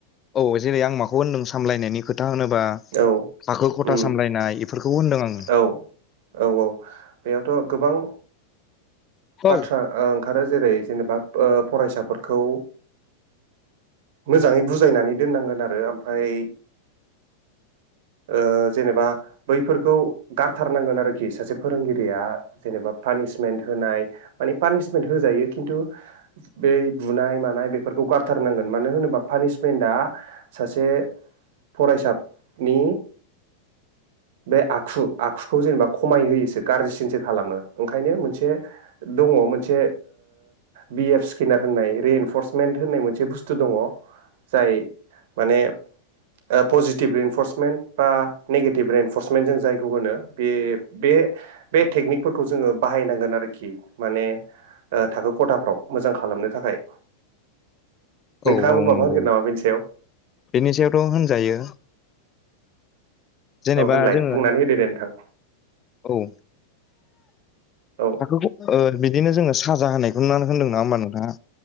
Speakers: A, on the left; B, on the right.
A: औ जेरै आं माखौ होनदों सामलायनायनि खो था होनोबा
B: औ
A: थाखो खथा
B: उम
A: सामलायनाय बेफोरखौ होनदों आङो
B: औ औ औ बेयावथ' गोबां
A: औ
B: बाथ्रा ओं आरो जेरै ओ जेनेबा फरायसाफोरखौ मोजाङै बुजायनानै दोननांगोन आरो ओमफ्राय ओ जेनेबा बैफोरखौ गारथारनांगोन आरोखि सासे फोरोंगिरिया जेनेबा पानिसमेन्ट होनाय माने पानिसमेन्ट होजायो खिन्थु बै बुनाय मानाय बेफोरखौ गारथारनांगोन मानो होनोबा पानिशमेन्टआ सासे फरायसा नि बे आखु आखुखौ जेनेबा खमाय होयोसो गाज्रिसिनसो खालामो ओंखायनो मोनसे दङ' मोनसे बि एफ स्केनार होननाय रिएनफर्समेन्ट होननाय मोनसे बुस्थु दङ' जाय माने ओ पजिटिभ फर्समेन्ट बा नेगेटिभ एनफर्समेन्ट जों जायखौ होनो बे बे बे टेकनिकफोरखौ जोङो बाहायनांगोन आरोखि माने थाखो खथाफ्राव मोजां खालामनो थाखाय। नोंथाङाबो
A: औ औ
B: माबा
A: नंगौ
B: होनगोन नामा बेनि सायाव?
A: बेनि सायावथ' होनजायो। जेनेबा
B: औ होनलाय
A: जोङो
B: बुंनानै होदो दे नोंथां
A: औ।
B: औ
A: थाखोखौ ओ बि दिनो जोङो साजा होनायखौ नुनानै होन्दों नङा होमबा नोंथाङा।